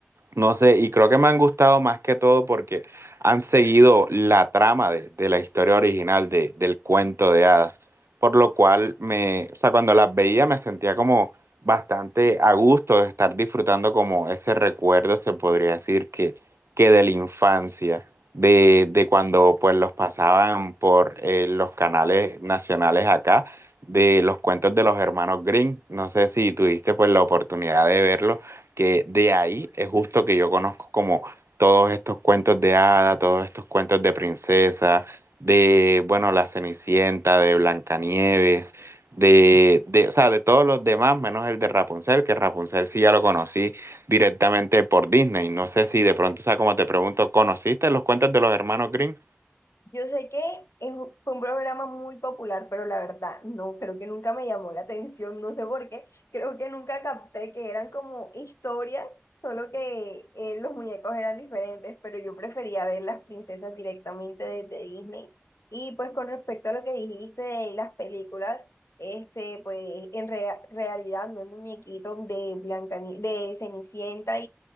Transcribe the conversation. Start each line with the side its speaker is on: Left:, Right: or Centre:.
Right: No sé, y creo que me han gustado más que todo porque han seguido la trama de, de la historia original de- del cuento de hadas, por lo cual me, o sea, cuando las veía me sentía como bastante a gusto de estar disfrutando como ese recuerdo, se podría decir, que, que de la infancia, de, de cuando pues los pasaban por eh, los canales nacionales acá, de los cuentos de los hermanos Green. No sé si tuviste pues la oportunidad de verlos que de ahí es justo que yo conozco como todos estos cuentos de hada, todos estos cuentos de princesa, de, bueno, la Cenicienta, de Blancanieves, de, de, o sea, de todos los demás, menos el de Rapunzel, que Rapunzel sí ya lo conocí directamente por Disney. No sé si de pronto, o sea, como te pregunto, ¿conociste los cuentos de los hermanos Grimm?
Left: Yo sé que es un- fue un programa muy popular, pero la verdad, no, creo que nunca me llamó la atención, no sé por qué. Creo que nunca capté que eran como historias, solo que eh, los muñecos eran diferentes, pero yo prefería ver las princesas directamente desde Disney. Y pues con respecto a lo que dijiste de las películas, este, pues en rea- realidad no hay muñequitos de Blanca, de Cenicienta